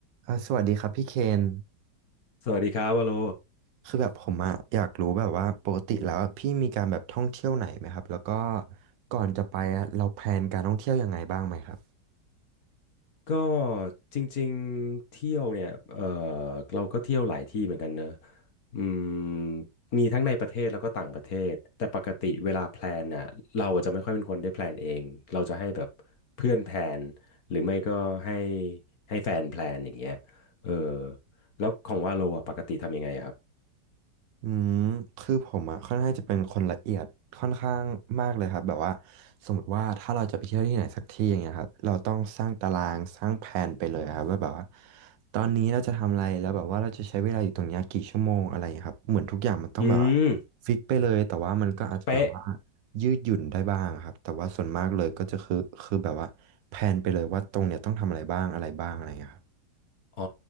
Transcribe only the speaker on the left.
สวัสดีครับวาโล
ก็จริงๆเที่ยวเนี่ยเออเราก็เที่ยวหลายที่เหมือนกันเนอะอืมมีทั้งในประเทศแล้วก็ต่างประเทศแต่ปกติเวลาแพลนน่ะเราอาจจะไม่ค่อยเป็นคนได้แพลนเองเราจะให้แบบเพื่อนแพลนหรือไม่ก็ให้ให้แฟนแพลนอย่างเงี้ยเออแล้วของวาโลอ่ะปกติทำยังไงอะครับ
อืม
เป๊ะ
อ๋อ